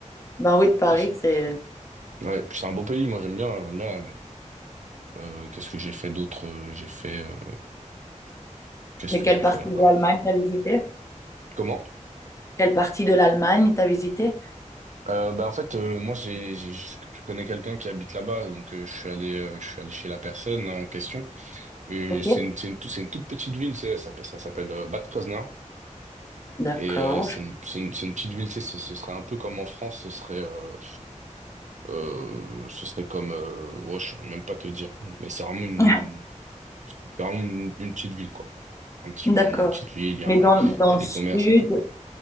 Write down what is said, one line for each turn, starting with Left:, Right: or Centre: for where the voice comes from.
Left: Ben oui, de Paris,
Right: c'est ça.
Left: c'est.
Right: Ouais, puis c'est un beau pays, moi j'aime bien, j'aime bien l'Allemagne. Euh, qu'est-ce que j'ai fait d'autre? Euh, J'ai fait... euh, Qu'est-ce
Left: Mais
Right: que
Left: quelle
Right: j'ai
Left: partie
Right: fait là-bas?
Left: de l'Allemagne t'as visité?
Right: Comment?
Left: Quelle partie de l'Allemagne t'as visité?
Right: Euh, bah en fait euh, moi j'ai j'ai- je je connais quelqu'un qui habite là-bas donc euh, je suis allé euh, je suis allé chez la personne en question et
Left: Ok.
Right: c'est une c'est une, tout- c'est une toute petite ville c'est ça, s'appelle- ça s'appelle euh, Bad Kreuznach
Left: D'accord.
Right: et euh, c'est une c'est une c'est une petite ville tu sais ce, ce serait un peu comme en France ce serait euh, Euh, ce serait comme, euh, ouais, je saurais même pas te dire, mais c'est vraiment une,
Left: <laughs>
Right: c'est vraiment une, une petite ville, quoi. Un petit,
Left: D'accord.
Right: une petite ville, il y a,
Left: Mais dans,
Right: il
Left: dans
Right: y a
Left: le
Right: des
Left: sud,
Right: commerces et tout, quoi.